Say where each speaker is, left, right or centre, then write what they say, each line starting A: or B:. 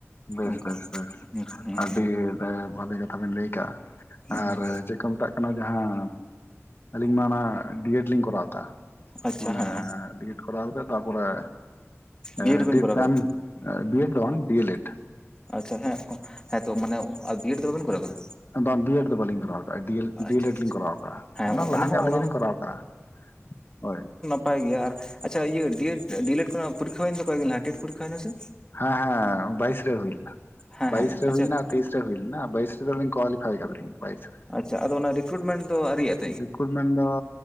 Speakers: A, on the left; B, on the left.
A: ᱵᱮᱥ
B: ᱚᱱᱠᱟ
A: ᱵᱮᱥ ᱵᱮᱥ
B: ᱦᱮᱸ ᱦᱮᱸ
A: ᱟᱹᱰᱤ ᱮ ᱵᱷᱟᱞᱮ ᱠᱟᱛᱷᱟ ᱵᱮᱱ ᱞᱟᱹᱭ ᱠᱟᱜᱼᱟ
B: ᱦᱮᱸ
A: ᱟᱨ
B: ᱦᱮᱸ
A: ᱪᱮᱫ ᱠᱚ ᱢᱮᱛᱟᱜ ᱠᱟᱱᱟ ᱡᱟᱦᱟᱸ ᱟᱹᱞᱤᱧ ᱢᱟ ᱚᱱᱟ ᱰᱤᱭᱮᱰ ᱞᱤᱧ ᱠᱚᱨᱟᱣ ᱠᱟᱜ-ᱟ
B: ᱟᱪᱪᱷᱟ
A: ᱢᱟᱱᱮ
B: ᱦᱮᱸ
A: ᱰᱤᱭᱮᱰ ᱠᱚᱨᱟᱣ ᱠᱟᱛᱮᱜ ᱛᱟᱯᱚᱨᱮ ᱮ
B: ᱵᱤᱭᱮᱰ ᱵᱮᱱ
A: ᱰᱤᱰ
B: ᱠᱚᱨᱟᱣ
A: ᱜᱟᱱ
B: ᱠᱟᱫᱟ
A: ᱵᱤᱭᱮᱰ ᱫᱚ ᱵᱟᱝ ᱰᱤᱭᱮᱞᱮᱰ᱾
B: ᱟᱪᱪᱷᱟ ᱦᱮᱸ ᱠᱚᱸ ᱦᱮᱸᱛᱚ ᱢᱟᱱᱮ ᱟ ᱵᱤᱭᱮᱰ ᱫᱚ ᱵᱟᱵᱮᱱ ᱠᱚᱨᱟᱣ ᱠᱟᱫᱟ?
A: ᱟᱵᱟᱝ ᱵᱤᱭᱮᱰ ᱫᱚ ᱵᱟᱞᱤᱧ ᱠᱚᱨᱟᱣ <unintelligible> ᱰᱤ ᱮᱞ ᱰᱤᱭᱮᱞᱮᱰ
B: ᱟᱪᱪᱷᱟ
A: ᱞᱤᱧ
B: ᱟᱪᱪᱷᱟ
A: ᱠᱚᱨᱟᱣ ᱠᱟᱜᱼᱟ
B: ᱦᱮᱸ
A: ᱚᱱᱟ ᱞᱟᱦᱟ ᱧᱚᱜ
B: ᱦᱚᱸ
A: ᱨᱮᱜᱮᱞᱤᱧ
B: ᱚᱱᱟ
A: ᱠᱚᱨᱟᱣ ᱠᱟᱜᱼᱟ ᱦᱳᱭ᱾
B: ᱯᱟᱭ ᱜᱮᱭᱟ ᱟᱨ ᱟᱪᱪᱷᱟ ᱤᱭᱟᱹ ᱰᱤᱭᱮᱴ ᱰᱤᱭᱮᱞᱮᱴ ᱠᱚᱨᱮᱱᱟᱜ ᱯᱚᱨᱤᱠᱠᱷᱟ ᱦᱩᱭᱮᱱ ᱫᱚ ᱠᱚᱭᱮᱜ ᱫᱤᱱ ᱞᱟᱦᱟ ᱴᱮᱴ ᱯᱚᱨᱤᱠᱷᱟ ᱦᱩᱭ ᱱᱟ ᱥᱮ?
A: ᱦᱮᱸ ᱦᱮᱸ ᱵᱟᱭᱤᱥ ᱨᱮ ᱦᱩᱭ ᱞᱮᱱᱟ᱾
B: ᱦᱮᱸ
A: ᱵᱟᱭᱤᱥ
B: ᱦᱮᱸ
A: ᱨᱮ
B: ᱟᱪᱪᱷᱟ
A: ᱦᱩᱭ ᱞᱮᱱᱟ
B: ᱦᱮᱸ
A: ᱟᱨ ᱛᱮᱭᱤᱥ ᱨᱮ ᱦᱩᱭᱞᱮᱱᱟ, ᱵᱟᱭᱤᱥ ᱨᱮ ᱫᱚᱞᱤᱧ ᱠᱚᱣᱟᱞᱤᱯᱷᱟᱭ ᱟᱫᱟᱞᱤᱧ ᱵᱟᱭᱤᱥ ᱨᱮ᱾
B: ᱟᱪᱪᱷᱟ ᱟᱫᱚ ᱚᱱᱟ ᱨᱤᱠᱨᱩᱴᱢᱮᱱᱴ ᱫᱚ ᱟᱣᱨᱤᱭᱟᱜ-ᱟ ᱛᱚ?
A: ᱨᱤᱠᱨᱩᱴᱢᱮᱱᱴ ᱫᱚ